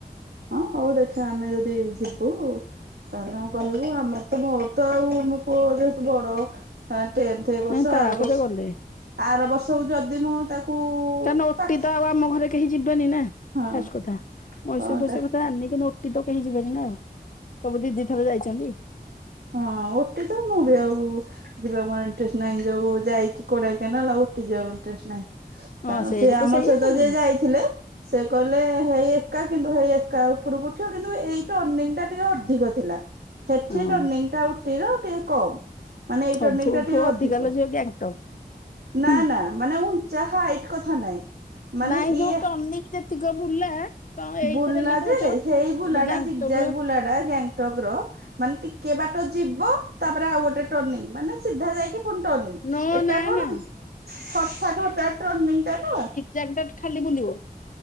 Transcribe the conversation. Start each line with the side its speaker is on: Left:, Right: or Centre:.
Right: ହଁ, ହଉ ଦେଖିବା ଆମେ ଯଦି ଯିବୁ କଣ ଆଉ କହିବି। ଆମର ତ ମୋର ତ ଆଉ ମୋ ପୁଅ ଯେହେତୁ ବଡ ହଁ, ଟେନ୍ଥ ଏଇ ବର୍ଷ।
Left: ନାଇଁ ତାପରେ
Right: ଆର ବର୍ଷ।
Left: ଗଲେ
Right: ଆର ବର୍ଷକୁ ଯଦି ମୁଁ ତାକୁ
Left: କାରଣ, ଓଟି
Right: ପାଖ
Left: ତ ଆଉ ଆମ ଘରେ କେହି ଯିବେନି ନା?
Right: ହଁ
Left: ଫାଷ୍ଟ କଥା, ମଇଶୁର,
Right: ହଁ
Left: ଫଇସୁର
Right: ତା
Left: କଥା ଜାଣିନି ସେଠିକି ତ କେହି ଯିବେନି ନା ଆଉ ସବୁ ଦିଦି ଥରେ ଯାଇଛନ୍ତି।
Right: ହଁ ଓଟି ତ ମୁଁ ବି ଆଉ ଯିବାକୁ ମୋର ଇଣ୍ଟରେଷ୍ଟ ନହିଁ ଯଉ ଯାଇକି କୋଡାଇ କେନାଲ ଓଟି ଯିବାକୁ ଇଣ୍ଟରେଷ୍ଟ ନାହିଁ।
Left: ହଁ
Right: କାରଣ ସେ
Left: ବି ତ
Right: ଆମ
Left: ସେଇଆ
Right: ସହିତ
Left: ଆଉ କଣ
Right: ଯିଏ ଯାଇଥିଲେ ସେ କହିଲେ ହେଇ ଏକା କିନ୍ତୁ ହେଇ ଏକା ଉପରୁକୁ ଉଠିବ କିନ୍ତୁ ଏଇଟା ଅର୍ଣ୍ଣିଙ୍ଗଟା ଟିକେ ଅଧିକ ଥିଲା ସେଠି।
Left: ହଁ
Right: ଟାଉଟିର ଟିକେ କମ୍ ମାନେ ଏଇ
Left: ହଁ
Right: ଟର୍ଣ୍ଣିଙ୍ଗଙ୍ଗଟା
Left: ସବୁଠୁ ଅଧିକା
Right: ଟିକେ
Left: ଲୋ
Right: ଅଧିକ।
Left: ଝିଅ ଗ୍ୟାଙ୍ଗଟକ୍
Right: ନା
Left: ହୁଁ
Right: ନା ମାନେ ଉଞ୍ଚା ହାଇଟ୍ କଥା ନାଇଁ। ମାନେ
Left: ନାଇଁ ଯୋଉ
Right: ଇଏ
Left: ଟନିକି ଯେତିକ ବୁଲା ତମେ ଏଇଥିରେ
Right: ବୁଲା
Left: ଏମିତି
Right: ଯେ
Left: ହଉଛ।
Right: ସେଇ ବୁଲାଡାଛି
Left: ଏବେ ଗ୍ୟାଙ୍ଗଟକର
Right: ଯି ଜାଗବୁଲା ଟା ଗ୍ୟାଙ୍ଗ୍ ଟକ୍ ର ମାନେ ଟିକେ ବାଟ ଯିବ ତାପରେ ଆଉ ଗୋଟେ ଟର୍ଣ୍ଣିଙ୍ଗ ମାନେ ସିଧା ଯାଇକି ଫୁଣି ଟର୍ଣ୍ଣିଙ୍ଗ
Left: ନୋ
Right: ଏଟା
Left: ନା
Right: କଣ
Left: ନା
Right: ହଠାତ ହଠା ଟର୍ଣ୍ଣିଙ୍ଗ ଟା ତ।
Left: ଜାଗ୍ ଟା ଖାଲି ବୁଲିବ